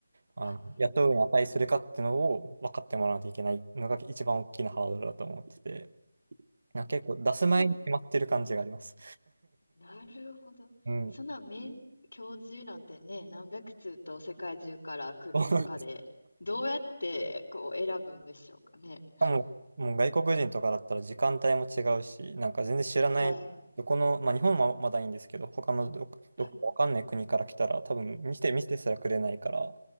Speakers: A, on the right; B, on the left.
A: あの、
B: あ、
A: 雇うに値するかっていうのを分かってもらわないといけないのが一番大きなハードルだと思ってて、な結構出す前に決まってる感じがあります。
B: そ、なるほど。
A: うん。
B: そんな名教授なんてね、何百通と世界中から来る中で、
A: <laughs>
B: どうやってこう選ぶんでしょうかね。
A: かも、もう外国人とかだったら時間帯も違うし、なんか全然知らない、
B: はい。
A: どこの、まあ日本はまだいいんですけど、他のどこ、どこかわかんない国から来たら、
B: はい。
A: 多分見て、見てすらくれないから、